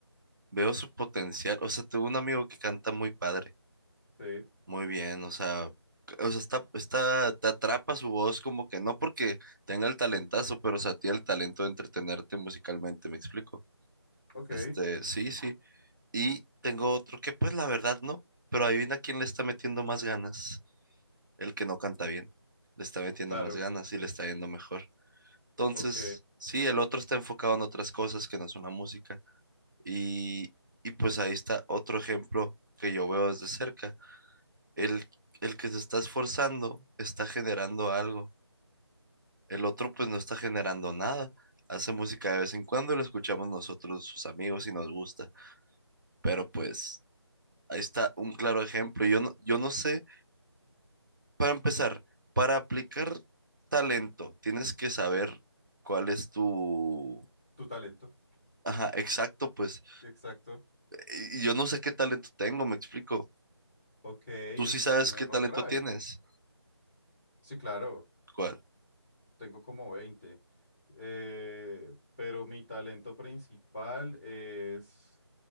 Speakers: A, on the right; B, in the centre.
A: veo su potencial. O sea, tengo un amigo que canta muy padre.
B: Sí,
A: Muy bien, o sea, c- o sea, está, está, te atrapa su voz como que no porque tenga el talentazo, pero o sea, tiene el talento de entretenerte musicalmente, ¿me explico?
B: ok,
A: Este, sí, sí. Y tengo otro que pues la verdad no, pero adivina quién le está metiendo más ganas, el que no canta bien, le está metiendo
B: claro,
A: más ganas y le está yendo mejor. Entonces,
B: ok.
A: sí, el otro está enfocado en otras cosas que no son la música. Y, y pues ahí está otro ejemplo que yo veo desde cerca. El, el que se está esforzando está generando algo. El otro pues no está generando nada. Hace música de vez en cuando, lo escuchamos nosotros, sus amigos, y nos gusta. Pero pues ahí está un claro ejemplo. Yo no, yo no sé, para empezar, para aplicar talento, tienes que saber cuál es tu...
B: Tu talento,
A: Ajá, exacto, pues.
B: exacto.
A: Y- Yo no sé qué talento tengo, me explico.
B: Ok, eso
A: Tú sí sabes
B: es un
A: qué
B: error
A: talento
B: grave.
A: tienes.
B: Sí, claro.
A: ¿Cuál?
B: tengo como veinte Eh, pero mi talento principal es,